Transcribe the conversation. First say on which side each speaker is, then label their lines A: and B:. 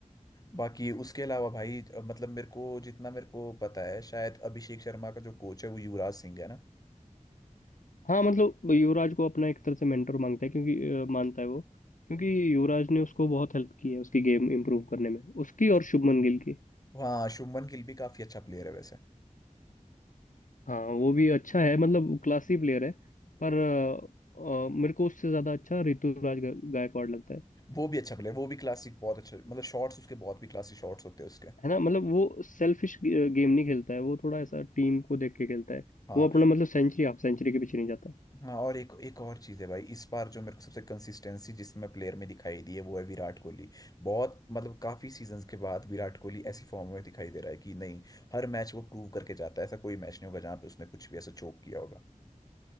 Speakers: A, on the left (about 30°); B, on the left (about 75°).
A: बाकी उसके अलावा भाई अ, मतलब मेरे को जितना मेरे को पता है शायद अभिषेक शर्मा का जो कोच है वो युवराज सिंह है ना
B: हाँ मतलब युवराज को अपना एक तरह से मेंटर मांगता है क्योंकि अ, मानता है वो क्योंकि युवराज ने उसको बहुत हेल्प की है उसकी गेम इंप्रूव करने में उसकी और शुभमन गिल की
A: हाँ शुभमन गिल भी काफी अच्छा प्लेयर है वैसे
B: हाँ वो भी अच्छा है मतलब क्लासी प्लेयर है पर अ, अ, मेरे को उससे ज्यादा अच्छा ऋतुराज गा- गायकवाड़ लगता है
A: वो भी अच्छा प्लेयर वो भी क्लासिक बहुत अच्छा मतलब शॉट्स उसके बहुत भी क्लासिक शॉट्स होते हैं उसके
B: है ना मतलब वो सेल्फिश गेम नहीं खेलता है वो थोड़ा ऐसा टीम को देख के खेलता है
A: हाँ
B: वो अपना मतलब सेंचुरी हाफ सेंचुरी के पीछे नहीं जाता है
A: हाँ और एक एक और चीज़ है भाई इस बार जो मेरे को सबसे कंसिस्टेंसी जिसमें प्लेयर में दिखाई दी है वो है विराट कोहली बहुत मतलब काफी सीजन्स के बाद विराट कोहली ऐसी फॉर्म में दिखाई दे रहा है कि नहीं हर मैच वो प्रूव करके जाता है ऐसा कोई मैच नहीं होगा जहाँ पे उसने कुछ भी ऐसा चोक किया होगा